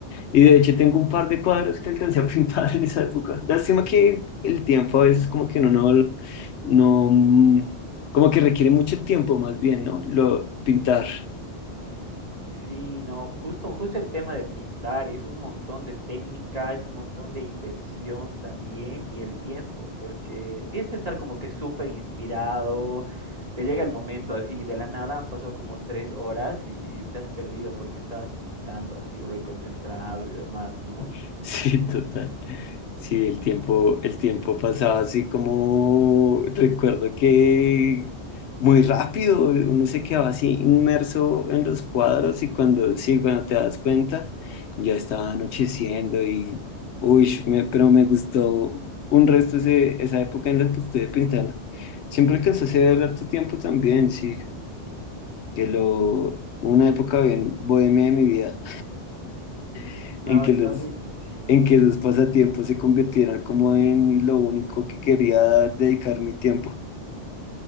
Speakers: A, on the left; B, on the right.
A: Y de hecho tengo un par de cuadros que alcancé a <laughs> pintar en esa época. Lástima que el tiempo a veces como que uno no, no, mm, como que requiere mucho tiempo más bien, ¿no? Lo pintar.
B: Sí, no, justo, justo el tema de pintar es un montón de técnica, es un montón de inversión también y el tiempo, porque tienes que estar como que súper inspirado, te llega el momento así, de la nada han pasado como tres horas y te has perdido porque estabas pintando así, reconcentrado y demás, ¿no?
A: <laughs> Sí, total. Sí, el tiempo, el tiempo pasaba así como recuerdo que muy rápido, uno se quedaba así inmerso en los cuadros y cuando sí, cuando te das cuenta, ya estaba anocheciendo y uy, me- pero me gustó un resto ese- esa época en la que estuve pintando. Siempre alcancé a hacer harto tiempo también, sí, que lo una época bien bohemia de mi vida <laughs>
B: No,
A: en que
B: está
A: los,
B: buenísimo.
A: en que sus pasatiempos se convirtieran como en lo único que quería dedicar mi tiempo.